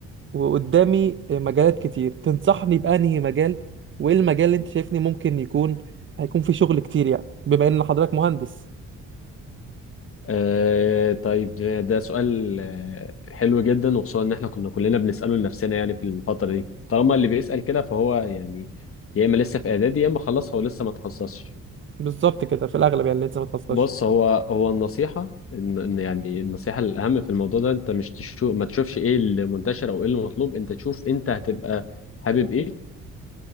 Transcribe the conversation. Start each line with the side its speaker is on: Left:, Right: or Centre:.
Right: وقدامي آه، مجالات كتير تنصحني بانهي مجال وايه المجال اللي انت شايفني ممكن يكون هيكون فيه شغل كتير يعني بما ان حضرتك مهندس
Left: آه طيب ده ده سؤال آه، حلو جدا وخصوصا ان احنا كنا كلنا بنساله لنفسنا يعني في الفتره دي طالما اللي بيسال كده فهو يعني يا اما لسه في اعدادي يا اما خلص هو لسه ما تخصصش
Right: بالظبط كده في الاغلب يعني لسه ما تخصصش
Left: بص هو هو النصيحه ان إن يعني النصيحه الاهم في الموضوع ده انت مش تشوف ما تشوفش ايه اللي منتشر او ايه اللي مطلوب انت تشوف انت هتبقى حابب ايه